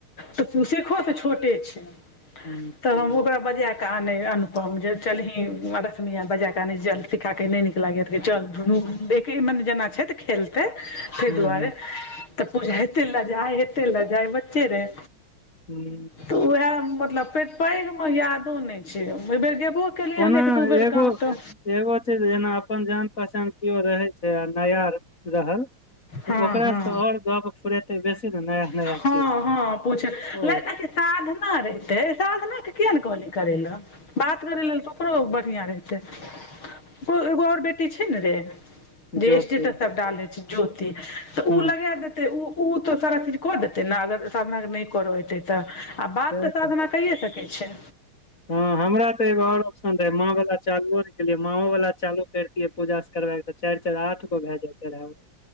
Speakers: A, on the left; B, on the left.
A: तऽ सिखो स छोटे छै
B: हूँ
A: तऽ हम ओकरा बजाकऽ आनै अनुपम जे चलही रसमी आ बजा कऽ आनै चल सिखा के नहि नीक लागैत रहै चल ढुनू एके मन जेना छै तऽ खेलतै तय
B: हूँ
A: दुआरे
B: हूँ
A: तऽ पूजा एतै लजाइ एतै लजाइ बच्चे रहै
B: हू
A: तऽ उएह मतलब पेघ पैघ मे यादो नहि छैय अइबेर गेबो केलियै
B: ओना
A: हन एक दू बेर
B: एगो
A: गाव सऽ
B: एगो चीज जेना अपन जान पहचान केओ रहे छै आ नया रहल तऽ
A: हँ
B: ओकरासँ
A: हँ
B: तऽ ओर गप फुरेतै बेसी नै नया नया
A: हँ
B: चीज
A: हँ पूछ
B: ओ
A: लड़काके साधना रहितै साधना के किया नैय कहलियै करै लऽ बात करै लेल तऽ ओकरो बढ़िआ रहतै ओकर एगो आओर बेटी छै ने रे जे
B: जोति
A: स्टेटस सभ डालै छै ज्योति तऽ उ
B: हूँ
A: लगा देते उ ओ तऽ सारा चीज कर देतै ने अगर साधना नहि करा एतै तऽ आ
B: हँ
A: बात तऽ साधना कै सकै छै
B: हँ हमरा तऽ एगो आओर ऑप्शन रहे माँ वाला चालुओ नै केलियै माओ वाला चालू करितियै पूजास करबै तऽ चारि चार आठ गो भऽ जते रहै